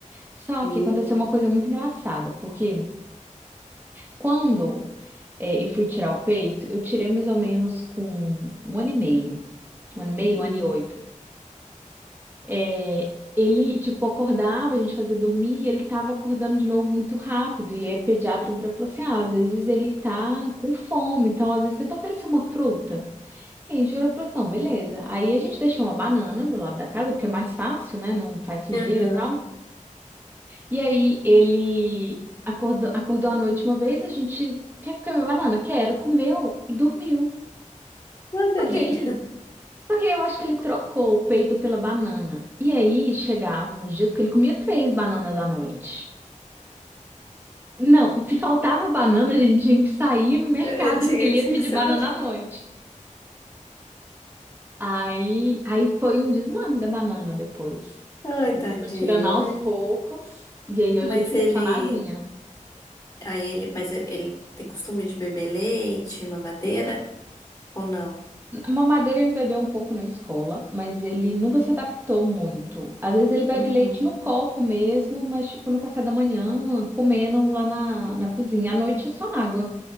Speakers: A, on the right; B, on the left.
A: Só
B: Sim.
A: que aconteceu uma coisa muito engraçada, porque quando é, eu fui tirar o peito, eu tirei mais ou menos com um ano e meio. Um ano e
B: Uhum.
A: meio, um ano e oito. É, ele, tipo, acordava, a gente fazia dormir, e ele tava acordando de novo muito rápido. E aí o pediatra virou e falou assim, ah, às vezes ele tá com fome, então às vezes tenta oferecer uma fruta. E a gente virou e falou assim, não, beleza. Aí a gente deixou uma banana do lado da casa, porque é mais fácil, né? Não faz sujeira
B: Uhum.
A: e tal. E aí ele acordou, acordou à noite uma vez, a gente quer comer banana? Quero, comeu e dormiu.
B: Ah, tadinho.
A: Só aí, só que aí eu acho que ele trocou o peito pela banana. E aí chegavam uns dias que ele comia três bananas à noite. Não, se faltava banana, a gente tinha que sair no mercado,
B: Eu tinha
A: porque ele
B: isso
A: ia pedir
B: que você
A: banana
B: falou.
A: à noite. Aí, aí foi um desmame da banana depois.
B: Ai,
A: Aí
B: tadinho.
A: a gente foi tirando aos
B: é.
A: poucos, e aí
B: Mas
A: hoje ele fica
B: ele.
A: só na aguinha.
B: Aí ele. Mas ele tem costume de beber leite, mamadeira ou não?
A: A Mamadeira ele bebeu um pouco na escola, mas ele nunca se adaptou muito. Às vezes ele bebe
B: Uhum.
A: leite no copo mesmo, mas tipo no café da manhã, comendo lá na, na cozinha. À noite é só água